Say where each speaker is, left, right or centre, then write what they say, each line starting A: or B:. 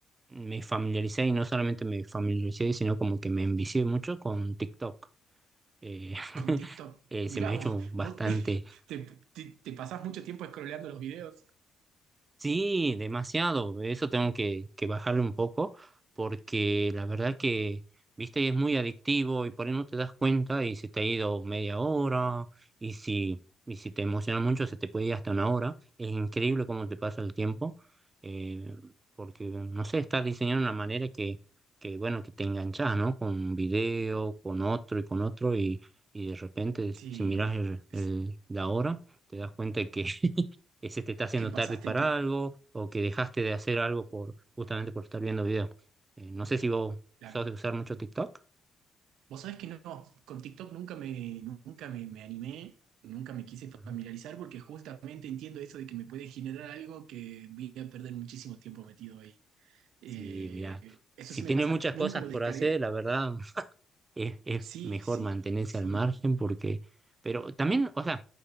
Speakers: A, on the right; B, on the right.
A: me familiaricé y no solamente me familiaricé, sino como que me envicié mucho con TikTok? eh,
B: Con
A: <laughs>
B: TikTok.
A: eh,
B: Mirá
A: se me ha hecho
B: vos,
A: bastante,
B: vos <laughs> te, te, te pasás mucho tiempo scrolleando los videos.
A: Sí, demasiado. Eso tengo que, que bajarle un poco porque la verdad que, viste, es muy adictivo y por ahí no te das cuenta y se te ha ido media hora y si, y si te emociona mucho se te puede ir hasta una hora. Es increíble cómo te pasa el tiempo eh, porque, no sé, estás diseñado de una manera que, que, bueno, que te enganchas, ¿no? Con un video, con otro y con otro y, y de repente
B: Sí,
A: si miras el-
B: es
A: el- la hora te das cuenta que que se te está haciendo
B: que pasaste
A: tarde para
B: que
A: algo o que dejaste de hacer algo por justamente por estar viendo video. Eh, no sé si vos
B: la,
A: sos de usar mucho TikTok.
B: Vos sabés que no, con TikTok nunca me, nunca me, me animé, nunca me quise
A: Ajá.
B: familiarizar porque justamente entiendo eso de que me puede generar algo que voy a perder muchísimo tiempo metido ahí. Eh,
A: Sí, mira,
B: eso
A: si
B: sí
A: tienes
B: me pasa,
A: muchas
B: nunca
A: cosas
B: lo
A: por
B: descargué.
A: hacer, la verdad <laughs> es, es
B: Sí,
A: mejor
B: sí,
A: mantenerse
B: sí,
A: al margen porque, pero también, o sea,